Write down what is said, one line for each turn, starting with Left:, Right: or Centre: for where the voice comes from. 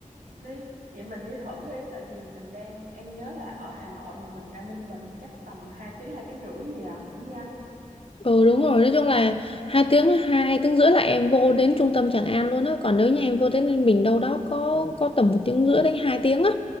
Right: đi vậy mình đi thử đi tại vì mình đang em nhớ là ở Hà Nội mà mình ra Ninh Bình thì chắc tầm hai tiếng hai tiếng rưỡi gì à cũng nhanh
Left: Ừ đúng rồi, nói chung là hai tiếng hai tiếng rưỡi là em vô đến trung tâm Tràng An luôn á, còn nếu như em vô đến ninh bình đâu đó có có tầm một tiếng rưỡi đến hai tiếng á.